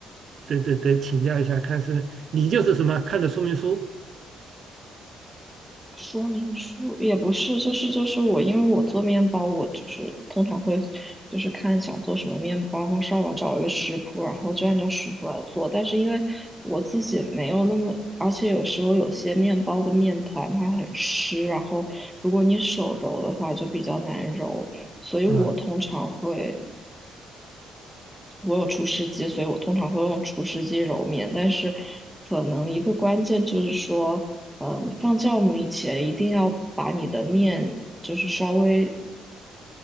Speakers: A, on the right; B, in the centre.
A: 得得得请教一下，看是你就是什么看的说明书
B: 说明书也不是，就是就是我，因为我做面包，我就是通常会就是看想做什么面包，然后上网找一个食谱，然后就按照食谱来做。但是因为我自己没有那么，而且有时候有些面包的面团它很湿，然后如果你手揉的话就比较难揉，所以我通常会。
A: 啊
B: 我有除湿机，所以我通常会用除湿机揉面。但是，可能一个关键就是说，呃，你放酵母以前一定要把你的面就是稍微